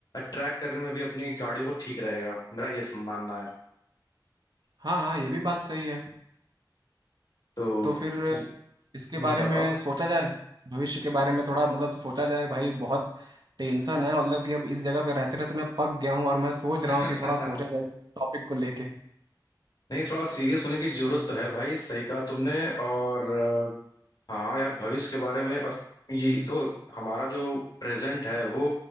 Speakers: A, on the left; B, on the right.
A: ट्रैक करने में भी अपनी गाड़ियों को ठीक रहेगा मेरा ये मानना है
B: हाँ हाँ ये भी बात सही है
A: तो
B: तो फिर
A: ये-
B: इसके
A: हम्म,
B: बारे
A: बताओ
B: में सोचा जाए भविष्य के बारे में थोड़ा मतलब सोचा जाए भाई बहुत टेंशन है मतलब कि अब इस जगह पे रहते रहते मैं पक गया हूँ और मैं सोच
A: <laughs>
B: रहा हूँ कि थोड़ा सोचा जाए इस टॉपिक को लेके
A: नहीं थोड़ा सीरियस होने की जरूरत तो है भाई सही कहा तुमने और हाँ यार भविष्य के बारे में और ये दो हमारा जो प्रेजेंट है वो